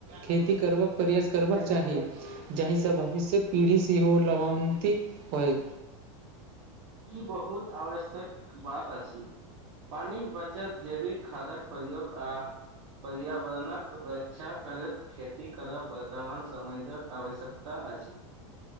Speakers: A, on the right (about 45°); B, on the right (about 60°).
A: खेती करबाक प्रयास करबाक चाही जाहिसँ भविष्यकेँ पीढ़ी सेहो लाभान्वित होय।
B: ई बहुत आवश्यक बात अछि। पानिक बचत जैविक खादक प्रयोग आ पर्यावरणक रक्षा करैत खेती करब वर्तमान समय यक आवश्यकता अछि।